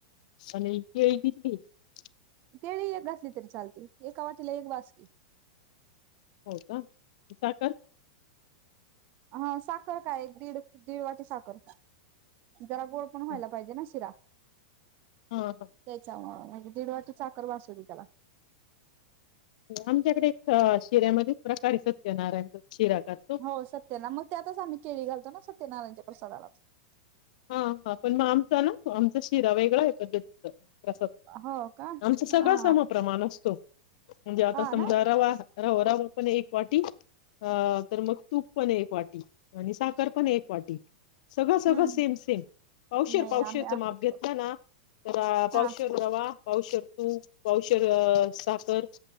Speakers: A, on the left; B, on the right.
A: आणि केळी किती घ्यायची?
B: केळी एक घातली तरी चालते एका वाटीला एक बासकी.
A: होय का ती साखर,?
B: अ साखर काय एक दीड, दीड वाटी साखर. जरा गोड पण व्हायला
A: हो.
B: पाहिजे ना शिरा
A: हा हा
B: त्याच्यामुळ दीड वाटी साखर बास होइल त्याला
A: आमच्याकडे एक शिऱ्यामध्ये प्रकारे आहे सत्यनारायणचा. शिरा करतो.
B: हो सत्यांना मग त्यातच आम्ही केळी घालतो ना. सत्यनारायणच्या प्रसादालाच
A: हा हा पण मग आमचा ना आमचा शिरा वेगळा आहे पद्धतीचा प्रसाद
B: हो का
A: आमचं सगळं
B: हा
A: सम प्रमाण असतो म्हणजे आता
B: हा
A: समजा
B: ना
A: रवा रवा रवा पण एक वाटी अ तर मग तूप पण एक वाटी आणि साखर पण एक वाटी सगळं सगळं
B: हम्म
A: सेम सेम पावशर
B: नाही
A: पावशरच
B: आम्ही असंच
A: माप घेतलं
B: करतो
A: ना तर पावशर
B: हा
A: रवा पावशर तूप पावशर अ साखर